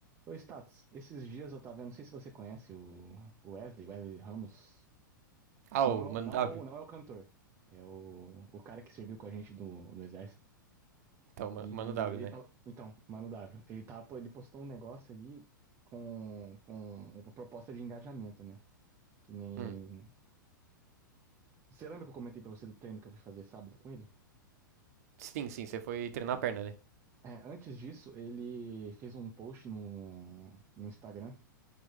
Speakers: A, on the right (about 25°); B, on the right (about 45°).
A: Ô, Status, esses dias eu tava vendo, não sei se você conhece o o Wesley, Wesley Ramos.
B: Ah,
A: Não,
B: o Mano
A: não
B: W.
A: é o, não é o cantor, é o, o cara que serviu com a gente do, no exército.
B: Então, Ma-
A: E
B: Mano W,
A: ele
B: né?
A: tava, então, Mano W, ele tava, pô, ele postou um negócio ali com, com uma proposta de engajamento, né? Que nem...
B: Hum.
A: Você lembra que eu comentei pra você do treino que eu fui fazer sábado com ele?
B: Sim, sim, você foi treinar a perna, né?
A: É, antes disso, ele fez um post no, no Instagram.